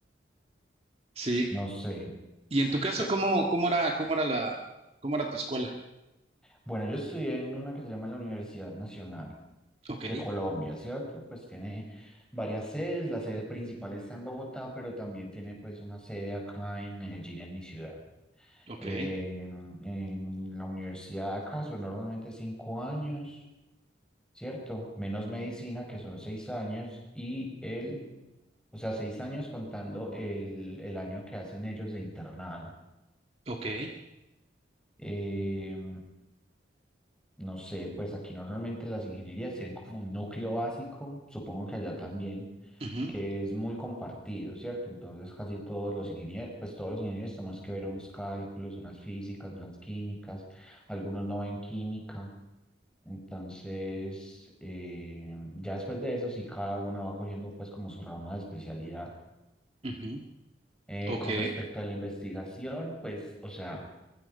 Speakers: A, on the right; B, in the centre.
A: Sí.
B: no sé.
A: Y en tu caso,
B: So,
A: ¿cómo, cómo era, cómo era la, cómo era tu escuela?
B: Bueno, yo estudié en una que se llama la Universidad Nacional
A: Ok,
B: de Colombia, ¿cierto? Pues tiene varias sedes, la sede principal está en Bogotá, pero también tiene pues una sede acá en Medellín, en mi ciudad.
A: ok,
B: Eh, en, en la universidad acá son normalmente cinco años, ¿cierto? Menos medicina, que son seis años, y el, o sea, seis años contando el, el año que hacen ellos de internado.
A: ok,
B: Em, No sé, pues aquí normalmente las ingenierías tienen como un núcleo básico, supongo que allá también,
A: ujú,
B: que es muy compartido, ¿cierto? Entonces casi todos los ingenieros, pues todos los ingenieros tenemos que ver unos cálculos, unas físicas, unas químicas, algunos no ven química. Entonces, eh, ya después de eso, sí, cada uno va cogiendo pues como su rama de especialidad.
A: ujú,
B: Eh,
A: ok,
B: con respecto a la investigación, pues, o sea